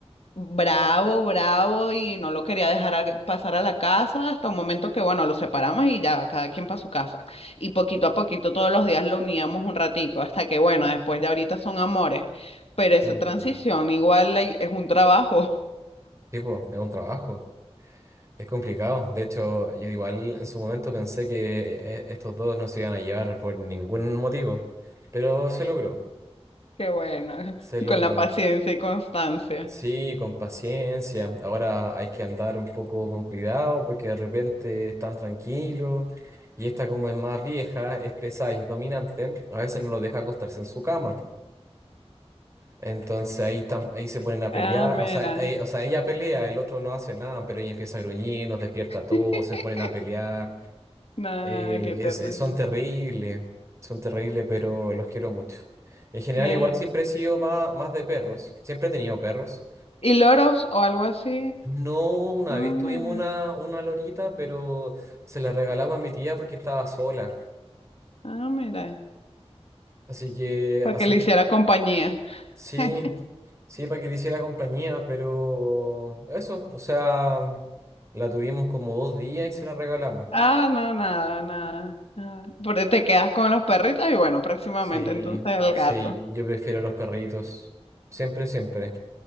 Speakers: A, on the left; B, on the right.
A: bravo, bravo y no lo quería dejar a- pasar a la casa hasta un momento que, bueno, lo separamos y ya, cada quien para su casa. Y poquito a poquito todos los días lo uníamos un ratico hasta que, bueno, después de ahorita son amores, pero esa
B: Mm.
A: transición igual hay- es un trabajo. <laughs>
B: Sí, pues, es un trabajo, es complicado. De hecho, yo igual en su momento pensé que eh, estos dos no se iban a llevar por ningún motivo, pero se logró.
A: Qué bueno, <laughs>
B: Se logró.
A: con la paciencia y constancia.
B: Sí, con paciencia. Ahora hay que andar un poco con cuidado porque de repente están tranquilos y esta como es más vieja, es pesada y es dominante, a veces no lo deja acostarse en su cama. Entonces ahí, tam- ahí se ponen a pelear,
A: Ah, mira.
B: o sea, eh, o sea, ella pelea, el otro no hace nada, pero ella empieza a gruñir, nos despierta
A: <laughs>
B: a todos, se ponen a pelear.
A: Nah,
B: Eh,
A: qué terrible.
B: es- es- son terribles, son terribles, pero los quiero mucho. En general,
A: Mira.
B: igual siempre he sido más, más de perros, siempre he tenido perros.
A: ¿Y loros o algo así?
B: No, una
A: No,
B: vez tuvimos
A: mira.
B: una, una lorita, pero se la regalaba a mi tía porque estaba sola.
A: Ah, mira.
B: Así que,
A: Para
B: así,
A: que le hiciera compañía.
B: sí,
A: <laughs>
B: sí, para que le hiciera compañía, pero eso, o sea, la tuvimos como dos días y se la regalamos.
A: Ah, no, nada, nada. nada. Pero te quedas con los perritos y bueno, próximamente
B: Sí,
A: entonces el
B: sí,
A: gato.
B: yo prefiero los perritos, siempre, siempre.